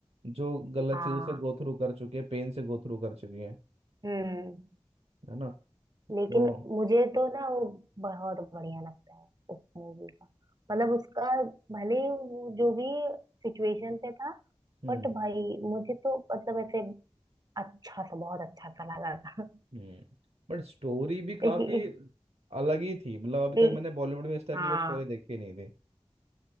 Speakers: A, on the right; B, on the right.
A: जो गलत
B: हाँ,
A: चीजों से गो थ्रू कर चुकी है पेन से गो थ्रू कर चुकी है
B: हम्म
A: है ना
B: लेकिन
A: वो
B: मुझे तो ना वो बहुत बढ़िया लगता है उस मूवी का मतलब उसका भले ही वो जो भी सिचुएशन पे था
A: हम्म
B: बट भाई मुझे तो मतलब ऐसे अच्छा सा बहुत अच्छा सा लगा था <laughs>
A: हम्म बट स्टोरी भी
B: एक,
A: काफी
B: एक,
A: अलग ही थी मतलब अभी तक
B: एक,
A: मैंने बॉलीवुड में इस टाइप
B: हाँ
A: की कोई स्टोरी देखी नहीं थी